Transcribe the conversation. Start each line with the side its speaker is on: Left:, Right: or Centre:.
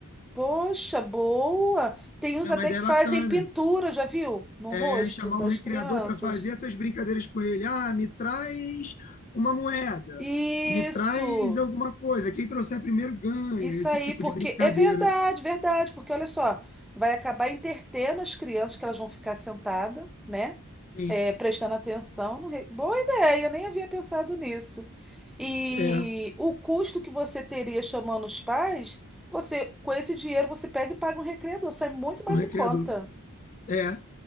Centre: Poxa, boa! Tem uns
Left: É
Centre: até
Left: uma ideia
Centre: que fazem
Left: bacana.
Centre: pintura, já viu? No
Left: é,
Centre: rosto
Left: chamar
Centre: das
Left: um recreador
Centre: crianças.
Left: para fazer essas brincadeiras com ele. Ah, me traz uma moeda,
Centre: Isso!
Left: me traz alguma coisa. Quem trouxer primeiro ganha,
Centre: Isso
Left: esse
Centre: aí,
Left: tipo
Centre: porque
Left: de brincadeira.
Centre: é verdade, verdade, porque olha só, vai acabar entretendo as crianças que elas vão ficar sentadas, né?
Left: Sim,
Centre: É, prestando atenção. no re- Boa ideia, eu nem havia pensado nisso. E
Left: é,
Centre: o custo que você teria chamando os pais, você, com esse dinheiro, você pega e paga um recreador, sai muito mais
Left: o recreador.
Centre: em conta.
Left: É.